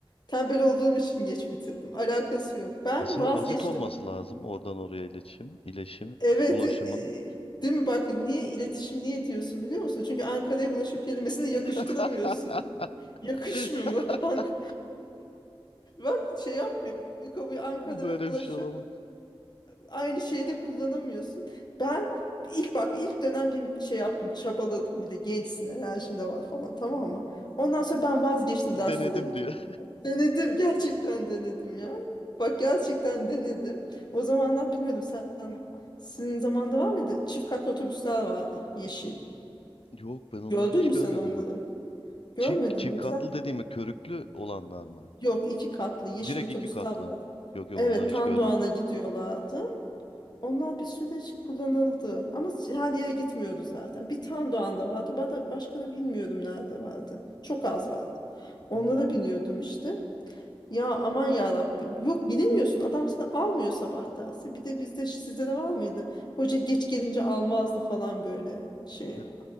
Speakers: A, on the left; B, on the left.
A: Tembel olduğum için geç bitirdim. Alakası yok. Ben
B: Aslında
A: vazgeçtim.
B: basit olması lazım oradan oraya iletişim, iletişim,
A: Evet,
B: ulaşımın.
A: e, değil mi? Bak niye iletişim niye diyorsun biliyor musun? Çünkü Ankara'ya ulaşım kelimesini
B: <laughs>
A: yakıştıramıyorsun. Yakışmıyor.
B: <laughs>
A: <laughs> Ank- Bak şey yapmıyor. Bünyekabı Ankara
B: Böyle
A: ve ulaşım
B: bir şey olamaz.
A: aynı şeyde kullanamıyorsun. Ben ilk bak ilk dönem bir şey yaptım. Çabaladım. Bir de gençsin. Enerjin de var falan tamam mı? Ondan sonra ben vazgeçtim
B: Denedim
A: derslere gitmekten.
B: diyor.
A: Denedim. Gerçekten denedim ya. Bak gerçekten denedim. O zamanlar bilmiyordum sen. Sizin zamanda var mıydı? Çift katlı otobüsler vardı. Yeşil.
B: <laughs> Yok ben onları
A: Gördün
B: hiç
A: mü
B: görmedim
A: sen onları?
B: bak.
A: Görmedin
B: Çift, çift
A: mi
B: katlı
A: sen?
B: dediğimi körüklü olanlar mı?
A: Yok iki katlı yeşil
B: Direkt
A: otobüsler
B: iki katlı.
A: vardı.
B: Yok yok
A: Evet
B: onları hiç
A: Tandoğan'a
B: görmedim.
A: gidiyorlardı. Onlar bir süre kullanıldı. Ama her yere gitmiyordu zaten. Bir Tandoğan'da vardı. ba- da- Başka da bilmiyorum nerede vardı. Çok az vardı. Onlara
B: Hmm.
A: biniyordum işte. Ya aman ya Rabbim. Yok bilemiyorsun. Adam seni almıyor sabah derse. Bir de bizde sizde de var mıydı? Hoca geç gelince almazdı falan böyle şey
B: Ya,